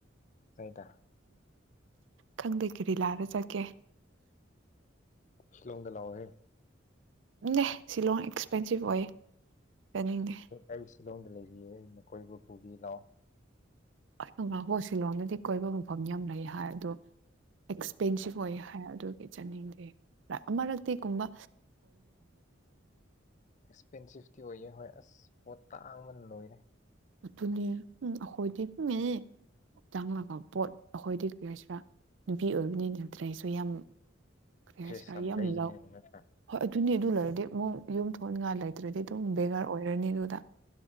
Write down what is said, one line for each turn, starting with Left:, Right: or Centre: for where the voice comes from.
Left: ꯀꯥꯏꯗ
Right: ꯈꯪꯗꯦ ꯀꯔꯤ ꯂꯥꯏꯔ ꯆꯠꯀꯦ
Left: ꯁꯤꯂꯣꯡꯗ ꯂꯥꯛꯑꯣ ꯍꯦ
Right: ꯅꯦ ꯁꯤꯂꯣꯡ ꯑꯦꯛꯁꯄꯦꯟꯁꯤꯚ ꯑꯣꯏꯌꯦ ꯆꯠꯅꯤꯡꯗꯦ
Left: ꯑꯩ ꯁꯤꯂꯣꯡꯗ ꯂꯩꯔꯤꯌꯦ ꯑꯩꯅ ꯀꯣꯏꯕ ꯄꯨꯕꯤ ꯂꯑꯣ
Right: ꯑꯁ ꯉꯀꯣ ꯁꯤꯂꯣꯡꯗꯗꯤ ꯀꯣꯏꯕ ꯃꯐꯝ ꯌꯥꯝ ꯂꯩ ꯍꯥꯏ ꯑꯗꯣ ꯑꯦꯛꯁꯄꯦꯟꯁꯤꯞ ꯑꯣꯏ ꯍꯥꯏ ꯑꯗꯨꯒꯤ ꯆꯠꯅꯤꯡꯗꯦ ꯑꯃꯔꯛꯇꯤꯀꯨꯝꯕ
Left: ꯑꯦꯛꯁꯄꯦꯟꯁꯤꯐꯇꯤ ꯑꯣꯏꯌꯦ ꯍꯣꯏ ꯑꯁ ꯄꯣꯠ ꯇꯥꯡꯕꯅ ꯂꯣꯏꯔꯦ
Right: ꯑꯗꯨꯅꯦ ꯎꯝ ꯑꯈꯣꯏꯗꯤ ꯎꯝ ꯆꯥꯡꯉꯒ ꯄꯣꯠ ꯑꯈꯣꯏꯗꯤ ꯀꯔꯁꯤꯔ ꯅꯨꯄꯤ ꯑꯣꯏꯕꯅꯤ ꯗ꯭ꯔꯦꯁꯨ ꯌꯥꯝ ꯀꯩ
Left: ꯗ꯭ꯔꯦꯁ
Right: ꯍꯥꯏꯁꯤꯔ ꯌꯥꯝ
Left: ꯂꯩꯒꯅꯦꯕ
Right: ꯂꯥꯎ
Left: ꯅꯠꯇ꯭ꯔꯥ
Right: ꯍꯣꯏ ꯑꯗꯨꯅꯤ ꯑꯗꯨ ꯂꯩꯔꯗꯤ ꯑꯃꯨꯛ ꯌꯨꯝ ꯊꯣꯛꯅꯤꯉꯥꯏ ꯂꯩꯇ꯭ꯔꯗꯤ ꯑꯗꯨꯝ ꯕꯦꯔ ꯑꯣꯏꯔꯅꯤ ꯑꯗꯨꯗ